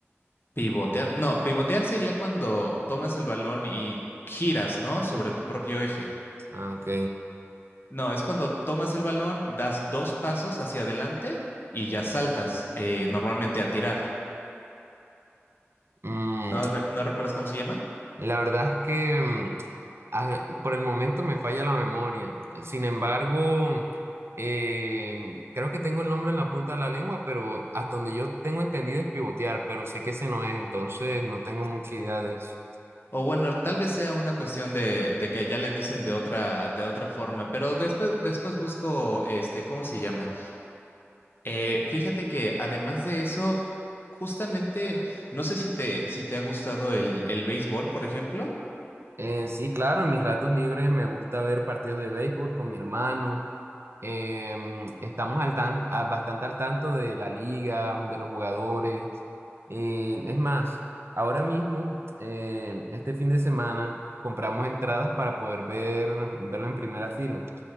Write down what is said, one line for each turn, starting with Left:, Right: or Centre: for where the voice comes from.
Left: Pivotear. No, pivotear sería cuando tomas el balón y giras, ¿no? Sobre tu propio eje.
Right: Ah, ok.
Left: No, es cuando tomas el balón, das dos pasos hacia adelante y ya saltas, eh, normalmente a tirar.
Right: Mm,
Left: ¿No, re- no recuerdas cómo se llama?
Right: la verdad es que mm, a- por el momento me falla la memoria. Sin embargo, eh, creo que tengo el nombre en la punta de la lengua, pero hasta donde yo tengo entendido es pivotear, pero sé que ese no es, entonces no tengo mucha idea de eso.
Left: O bueno, tal vez sea una cuestión de, de que allá le dicen de otra, de otra forma, pero después, después busco, este, ¿cómo se llama? Eh, fíjate que además de eso, justamente, no sé si te, si te ha gustado el, el béisbol, por ejemplo.
Right: Eh, sí, claro, en mis ratos libres me gusta ver partidos de béisbol con mi hermano. Em, estamos al tan- a- bastante al tanto de la liga, de los jugadores. Eh, es más, ahora mismo, eh, este fin de semana, compramos entradas para poder ver, verlo en primera fila.